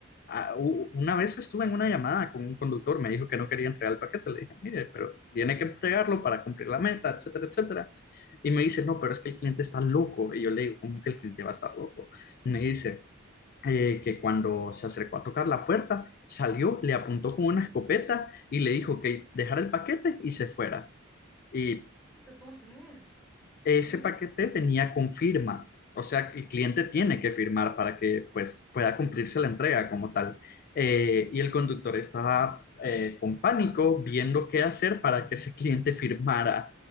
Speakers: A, on the left; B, in the centre.
A: a- u- Una vez estuve en una llamada con un conductor, me dijo que no quería entregar el paquete, le dije, mire, pero tiene que entregarlo para cumplir la meta, etcétera, etcétera. Y me dice, no, pero es que el cliente está loco. Y yo le digo, ¿cómo que el cliente va a estar loco? me dice eh, que cuando se acercó a tocar la puerta, salió, le apuntó con una escopeta y le dijo que dejara el paquete y se fuera. Y
B: No te puedo creer, qué,
A: ese
B: qué miedo.
A: paquete venía con firma. O sea, el cliente tiene que firmar para que pues, pueda cumplirse la entrega como tal. Eh, y el conductor estaba eh, con pánico viendo qué hacer para que ese cliente firmara,